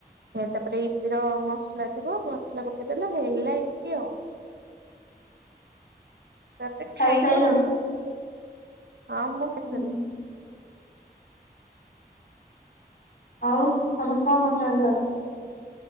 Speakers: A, on the right; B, on the left.
A: ତାପରେ ଇପିର ମସଲା ଥିବ ମସଲା ପକେ ପକେଇଦେଲ ହେଲା ଇପି ଆଉ। ତାପରେ
B: ଖାଇସାଇଲଣି?
A: ଖାଇବ ଆଉ। ହଁ ମୁଁ ଖାଇସାଇଲିଣି।
B: ହୁଁ ହୁଁ ଆଉ ସମସ୍ତେ କଣ କରୁଚନ୍ତି ଘରେ?